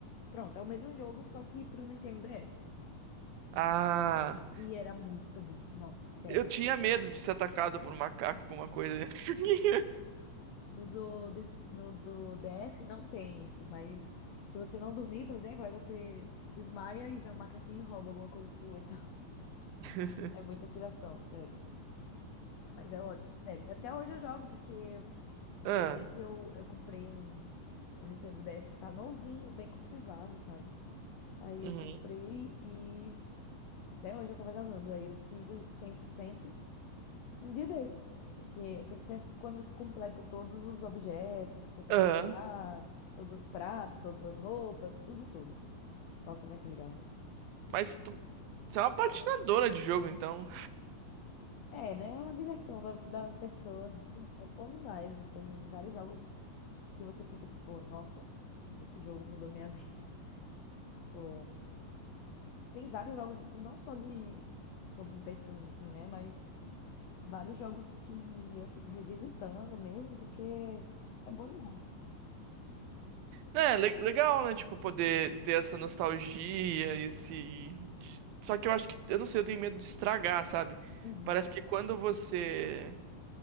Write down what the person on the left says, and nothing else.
Pronto, é o mesmo jogo, só que pro Nintendo DS.
E era muito bom, nossa, sério.
No do, D- no do DS não tem isso, mas se você não dormir, por exemplo, aí você desmaia e vem um macaquinho e rouba alguma coisa sua e tal. <laughs>
É muita tiração, sério. Mas é ótimo, sério. Até hoje eu jogo, porque Um
dia desse eu, eu comprei um, um Nintendo DS que tá novinho, bem conservado, sabe? Aí
eu comprei e até hoje eu tava jogando. Aí eu fiz os 100% um dia desse. Que é 100% quando você completa todos os objetos que você tem
que achar, todos os pratos, todas as roupas, tudo, tudo. Nossa, muito legal.
É, né? A diversão da, da pessoa <laughs> é bom demais. E Tem vários jogos que você fica tipo, nossa, esse jogo mudou minha vida. <laughs> Tipo. Tem vários jogos, não só de sobre The Sims, assim, né? Mas vários jogos que eu fico revisitando mesmo, porque é bom demais.
Uhum,